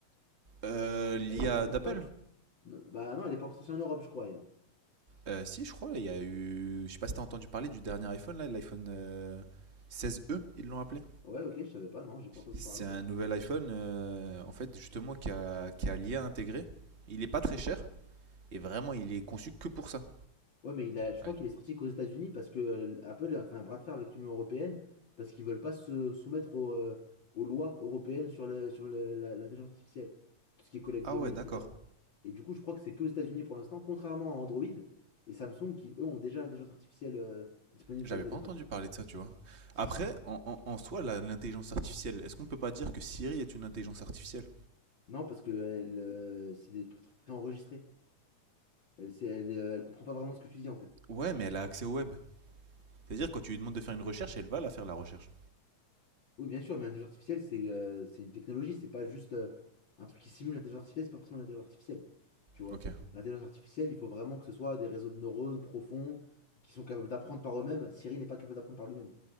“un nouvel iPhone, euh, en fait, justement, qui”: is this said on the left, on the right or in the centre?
Right